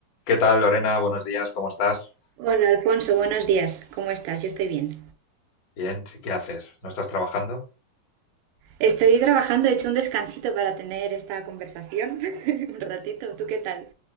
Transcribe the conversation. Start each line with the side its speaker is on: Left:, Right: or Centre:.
Left: ¿Qué tal, Lorena? Buenos días, ¿cómo estás?
Right: Hola Alfonso, buenos días. ¿Cómo estás? Yo estoy bien.
Left: Bien, ¿qué haces? ¿No estás trabajando?
Right: Estoy trabajando, he hecho un descansito para tener esta conversación. <laughs> Un ratito, ¿tú qué tal?